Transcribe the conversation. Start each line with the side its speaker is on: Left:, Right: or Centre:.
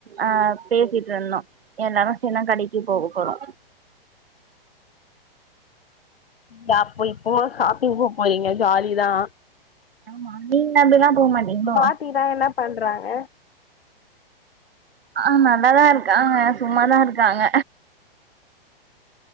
Right: அ பேசிட்ருந்தோ எல்லாரு சேன கடைக் கி போக போறோ
Left: பப்போ இப்போ ஷாப்பிங் போ போறிங்க ஜாலிதா
Right: ஆம்மா நீங்க அப்டிலா போ மாட்டீங்களோ
Left: பாட்டி தா எல்லா பண்றாங்க
Right: ஆ நல்லாதா இருக் காங்க சும்மாதா இருக்காங்க